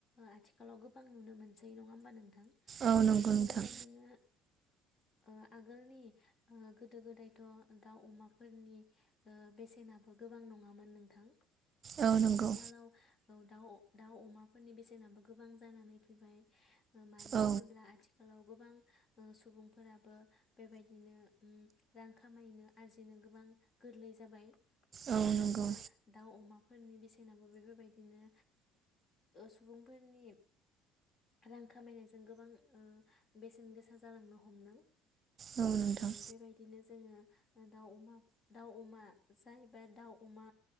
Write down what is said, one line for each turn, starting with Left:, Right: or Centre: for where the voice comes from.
Left: आथिखालाव गोबां नुनो मोनसै नङा होमबा नोंथां।
Right: औ नोंथां
Left: बेबायदिनो ओ आगोलनि गोदो गोदायथ दाउ अमाफोरनि ओ बेसेनाबो गोबां नङामोन नोंथां।
Right: औ नंगौ नोंथां औ नंगौ
Left: आथिखालाव। औ दाउ दाउ अमाफोरनि बेसेनाबो गोबां जानानै फैबाय मानो
Right: औ
Left: होनोब्ला आथिखालाव गोबां सुबुंफोराबो बेबायदिनो ओम रां खामायनो आरजिनो गोबां गोरलै जाबाय
Right: औ
Left: बेबायदिनो
Right: नंगौ
Left: दाउ अमाफोरनि बेसेनाबो बेफोर बायदिनो सुबुंफोरनि रां खामायनाय जों गोबां ओ बेसेन गोसा जालांनो हमदों।
Right: औ नोंथां
Left: उम बेबायदिनो जोङो। दाउ अमा दाउ अमा जायबा दाउ अमा